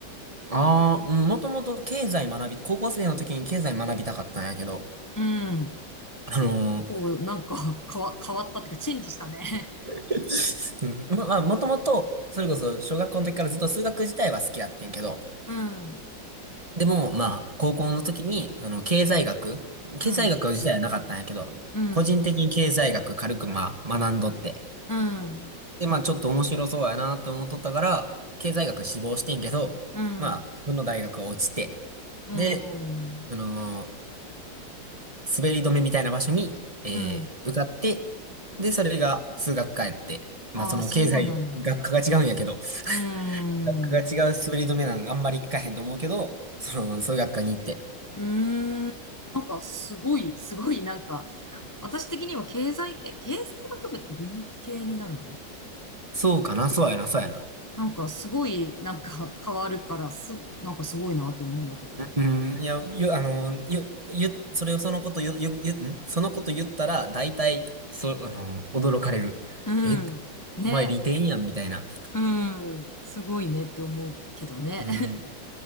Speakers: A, on the right (about 20°); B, on the left (about 20°).
A: ああー、もともと経済学び、高校生の時に経済学びたかったんやけど、
B: うん。
A: あのー、
B: 結構なんか変わ、変わったっていうか、チェンジしたね
A: <laughs> うんままあ、もともと、それこそ小学校の時からずっと数学自体は好きやってんけど、
B: <laughs> うん。
A: でも、まあ、高校の時に、その、経済学、経済学自体はなかったんやけど、
B: うん。うん。
A: 個人的に経済学軽く、まあ、学んどって。
B: うん。
A: で、まあ、ちょっと面白そうやなって思っとったから、経済学志望してんけど、
B: うん。
A: まあ、その大学は落ちて、
B: うん。
A: で、その、滑り止めみたいな場所に、えー、
B: うん。
A: 受かって、で、それが数学科やって、まあ、
B: ああ、
A: その、
B: そうなんだ。
A: 経済学科が違うんやけど、<laughs>
B: うー
A: 学科が違う滑り止めなんあんまり聞かへんと思うけど、
B: ん。
A: その、数学科に行って、
B: うーん。なんか、すごい、すごい、なんか、私的には経済、え、経済学部って文系になるの
A: そうかな、そうやな、そうやな。
B: なんか、すごい、なんか、変わるから、す、なんかすごいなって思うんだけど。
A: うん、うんいや、よ、あの、よ、よ、それをそのこと、よ、よ、よ、んそのこと言ったら、大体、そう、あの、驚かれる。
B: うん。
A: え、
B: ね。
A: お前利点やん、みたいな。
B: うん。すごいねって思うけどね。
A: うん。